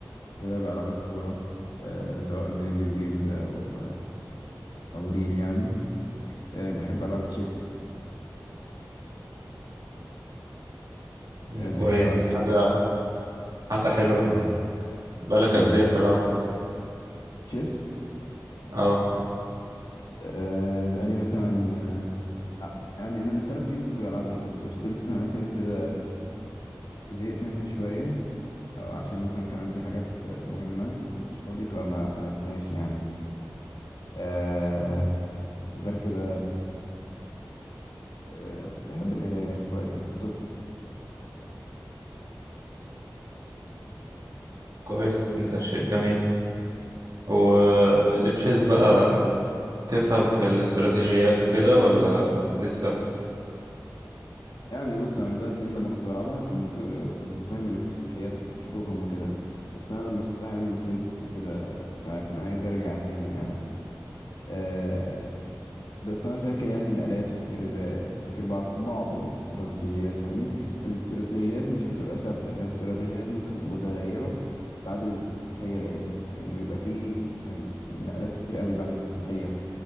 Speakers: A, on the left; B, on the right.
A: ولعب ألعاب الكورة آه سواء فيديو جيمز أو أو ريل يعني آه بحب ألعب تشيس
B: عندك
A: آه بحب
B: كويس
A: ألعب تشيس
B: حاجة حاجة حلوة
A: اه
B: بقالك
A: امم
B: قد إيه بتلعب
A: تشيس
B: اه
A: آه بقالي مثلا آه آه، يعني أنا من ثلاث سنين كنت بلعبها بس فضلت سنتين كده زهقت منها شوية أو عشان مثلا كان عندي حاجات آه، مهمة مكنتش فاضي فما ما لعبتهاش يعني آه وغير كده آه، بحب القراية قراءة الكتب
B: كويس ده شيء جميل والتشيز بقى تفهم في الاستراتيجيات وكده ولا لسه
A: يعني بص أنا من ثلاث سنين لما كنت بلعبها كنت كنت فاهم الافتتاحيات وكنت حافظهم وكده بس أنا لما سبتها يعني نسيت وكده ف- فأنا عايز أرجع تاني يعني آه، بس أنا فاكر يعني النقلات وفاكر فاكر بعض بعض الاستراتيجيات فاهمني والاستراتيجيات مش بتبقى ثابتة الاستراتيجيات متغ- متغيرة بعد الافتتاحية لأن لأن بيبقى فيه يعني نقلات كتير قوي بعد الافتتاحية